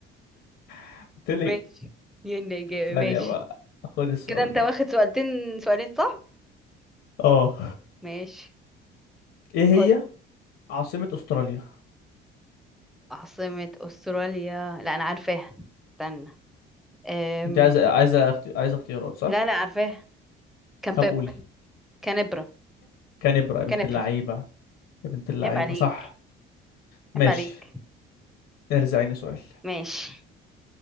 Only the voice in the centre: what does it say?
<laughs>
ماشي ين اجابه
ماشي
كده انت
واخد سؤالتين سؤالين صح
ماشي
قول
عاصمة استراليا لا انا عارفاها استنى أم...
لا لا عارفاها كامبيب
كانبرا
كانبرا
عيب عليك
عيب عليك
ماشي